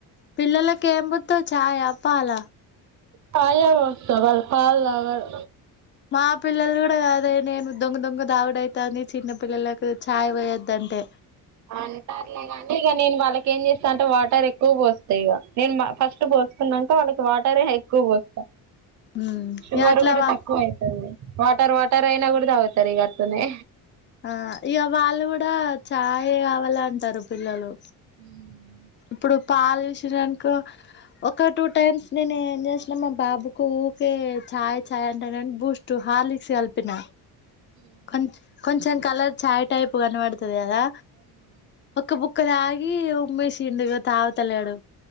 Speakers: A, on the left; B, on the right.
A: పిల్లలకి ఎమ్బోత్తావ్ ఛాయ పాల
B: చాయే పోస్త వాళ్ళు పాలు తాగరు
A: మా పిల్లలు కూడా కాదే నేను దొంగ దొంగ దావుడైతంది చిన్న పిల్లలకు ఛాయ్ పొయ్యద్దంటే
B: అంటారులేగానీ ఇక నేను వాళ్ళకి ఏం చేస్తా అంటే వాటర్ ఎక్కువ పోస్తాయిగ నేను ఫస్ట్ పోసుకున్నాక వాళ్ళకి వాటరే ఎక్కువ పోస్తా
A: హ్మ్
B: షుగర్
A: ఇగ అట్లా
B: కూడా
A: వా
B: తక్కువ అయితుంది వాటర్ వాటర్ అయినా కూడ తాగుతారు ఇగ అట్లనే
A: ఆ ఇక వాళ్ళు కూడా చాయే కావాలంటారు పిల్లలు
B: మ్మ్
A: ఇప్పుడు పాలు చూసిర్రనుకో ఒక టూ టైమ్స్ నేను ఏం చేసినా మా బాబుకు ఊరికే చాయ్ చాయ్ అంటేనని బూస్ట్ హార్లిక్స్ కలిపిన కొ కొంచంచం కాలర్ చాయ్ టైప్ పువర్ణవడుతు తది కదా క్క తాగి ఉమ్మేసి తిండుగా తాగుతలేడు